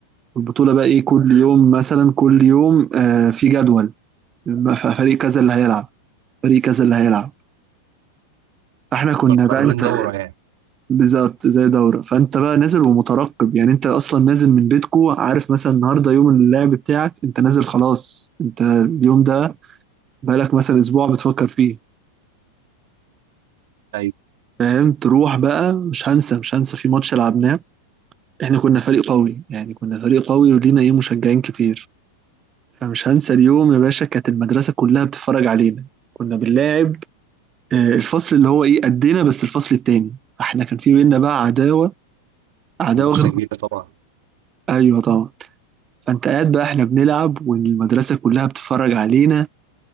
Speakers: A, on the right; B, on the right.
A: البطولة بقى إيه كل يوم مثلا كل يوم آه في جدول فريق كذا اللي هيلعب فريق كذا اللي هيلعب احنا كنا
B: كنا
A: بقى
B: عاملين
A: انت
B: دوره يعني
A: بالظبط زي دورة فانت بقى نازل ومترقب يعني انت اصلا نازل من بيتكو عارف مثلا النهارده يوم اللعب بتاعك انت نازل خلاص انت اليوم ده بقالك مثلا اسبوع بتفكر فيه
B: ايوه
A: فاهم تروح بقى مش هنسى مش هنسى في ماتش لعبناه احنا كنا فريق قوي يعني كنا فريق قوي ولينا ايه مشجعين كتير فمش هنسى اليوم يا باشا كانت المدرسة كلها بتتفرج علينا كنا بنلاعب آه، الفصل اللي هو ايه قدنا بس الفصل التاني احنا كان في بينا بقى عداوة عداوة
B: منافسه
A: غير
B: كبيره طبعا
A: ايوه طبعا فانت قاعد بقى احنا بنلعب والمدرسة كلها بتتفرج علينا